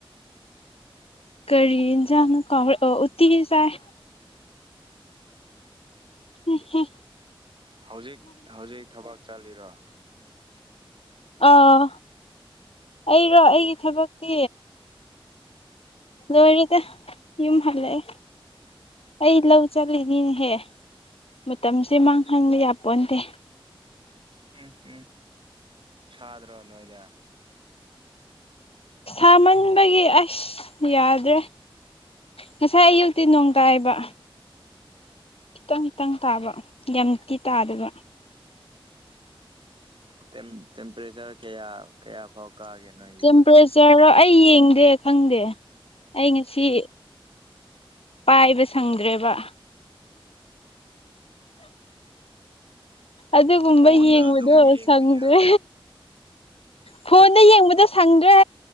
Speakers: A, on the left; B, on the right.
A: ꯀꯔꯤ ꯏꯟꯖꯥꯡꯅꯣ ꯀꯥꯎꯔꯦ ꯑꯣ ꯎꯠꯇꯤ ꯆꯥꯏ ꯍꯦꯍꯦ
B: ꯍꯧꯖꯤꯛ ꯍꯧꯖꯤꯛ ꯊꯕꯛ ꯆꯠꯂꯤꯔꯣ
A: ꯑꯥ ꯑꯩꯔꯣ ꯑꯩꯒꯤ ꯊꯕꯛꯇꯤ ꯂꯣꯢꯔꯤꯗ ꯌꯨꯝ ꯍꯜꯂꯛꯑꯦ ꯑꯩ ꯂꯧ ꯆꯠꯂꯤꯅꯤꯅꯦꯍꯦ ꯃꯇꯝꯁꯦ ꯃꯥꯡꯍꯟꯕ ꯌꯥ ꯄꯣꯟꯇꯦ
B: ꯎꯝ ꯎꯝ ꯁꯥꯗ꯭ꯔꯣ ꯅꯣꯏꯗꯦ
A: ꯁꯥꯃꯟꯕꯒꯤ ꯑꯁ ꯌꯥꯗ꯭ꯔꯦ ꯉꯁꯥꯏ ꯑꯌꯨꯛꯇꯤ ꯅꯣꯡ ꯇꯥꯏꯕ ꯈꯤꯇꯪ ꯈꯤꯇꯪ ꯇꯥꯕ ꯌꯥꯝꯇꯤ ꯇꯥꯗꯥꯕ
B: ꯇꯦꯝ ꯇꯦꯝꯄꯔꯦꯆꯔ ꯀꯌꯥ ꯀꯌꯥ ꯐꯥꯎ ꯀꯥꯒꯦ ꯅꯣꯏ
A: ꯇꯦꯝꯄꯔꯦꯆꯔꯔꯣ ꯑꯩ ꯌꯦꯡꯗꯦ ꯈꯪꯗꯦ ꯑꯩ ꯉꯁꯤ ꯄꯥꯏꯕ ꯁꯪꯗ꯭ꯔꯦꯕ ꯑꯗꯨꯒꯨꯝꯕ
B: ꯐꯣꯟꯗ
A: ꯌꯦꯡꯕꯗꯣ
B: ꯑꯗꯨꯝ ꯌꯦꯡꯕ
A: ꯁꯪꯗ꯭ꯔꯦ
B: ꯌꯥ
A: ꯐꯣꯟꯗ
B: ꯊꯠ
A: ꯌꯦꯡꯕꯗꯣ ꯁꯪꯗ꯭ꯔꯦ